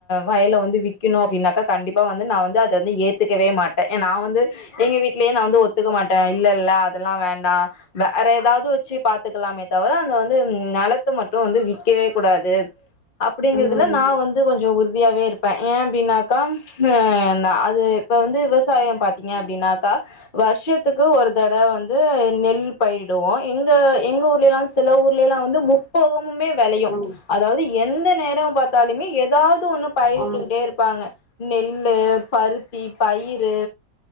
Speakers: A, on the left; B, on the left.
A: வயல வந்து வி்க்கணு அப்டின்னாக்கா கண்டிப்பா வந்து நா வந்து அத வந்து ஏத்துக்கவே மாட்டே ஏ நா வந்து எங்க வீட்லயே நா வந்து ஒத்துக்க மாட்டே இல்ல இல்ல அதெல்லா வேண்டா வேற ஏதாவ்து வெச்சு பாத்துக்கலாமே தவிர அந்த வந்து நெலத்த மட்டு வந்து விக்கவே கூடாது
B: <inaudible>
A: அப்டிங்கறதுல
B: ம்
A: நா வந்து கொஞ்சோ உறுதியாவே இருப்பே ஏ அப்டின்னாக்கா ஆ ந அது இப்ப வந்து விவசாய பாத்தீங்க அப்டின்னாக்கா வர்ஷத்துக்கு ஒரு தடவ வந் து நெல் பயிரிடுவோ எங்க எங்க ஊர்லல்லா சில ஊர்லல்லா வந்து முப் போகமுமே வேளையு
B: ம்
A: அதாவ்து எந்த நேர பாத்தாலுமே ஏதாவ்து ஒண்ணு பயிரிட்டுக்கிட்டே
B: ஆ
A: இரு பாங்க நெல்லு பருத்தி பயிறு